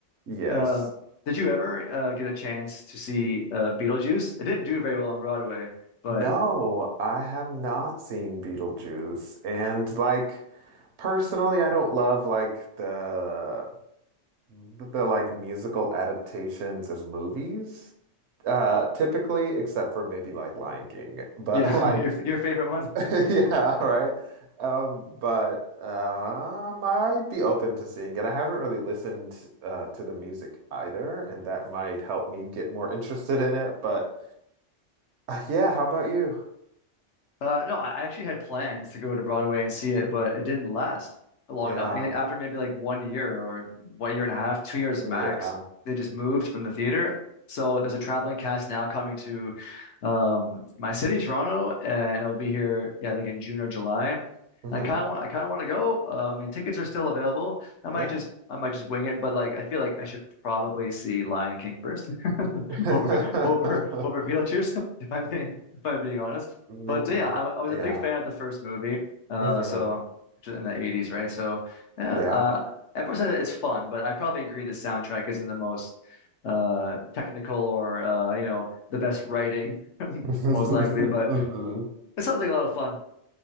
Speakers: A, on the right (about 70°); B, on the left (about 75°).
A: Yes.
B: Uh, did you ever uh, get a chance to see uh, Beetlejuice? It didn't do very well on Broadway, but
A: No, I have not seen Beetlejuice. And like personally, I don't love like the the like musical adaptations of movies uh typically except for maybe like Lion King. But
B: yeah,
A: <laughs> like
B: <laughs> your your favorite
A: <laughs> yeah, right. Um but uh, I might be open to seeing it. I haven't really listened uh to the music either, and that might help me get more interested in it, but uh, yeah, how about you?
B: Uh, no, I actually had plans to go to Broadway and see it,
A: Mhm.
B: but it didn't last long
A: Yeah.
B: enough. I think after maybe like one year or what year and a half, two years
A: Yeah.
B: max, they just moved from the theater. So there's a traveling cast now coming to um, my city, Toronto, and it'll be here, yeah, I think in June or July. And
A: hmm
B: I kind of want, I kind of want to go. Uh, I mean, tickets are still available. I might
A: Yeah.
B: just, I might just wing it, but like, I feel like I should probably see Lion King first <laughs>
A: <laughs>
B: over, over, over Beetlejuice, <laughs> if I'm being, if I'm being honest.
A: Man,
B: But yeah,
A: lo-
B: I, I was
A: yeah.
B: a big fan of the first movie, uh,
A: hmm
B: so which was in the 80s, right? So yeah,
A: Yeah.
B: uh, everyone says it's fun, but I probably agree the soundtrack isn't the most uh, technical or uh, you know the best writing, <laughs>
A: <laughs>
B: most likely. But
A: hmm
B: it sounds like a lot of fun,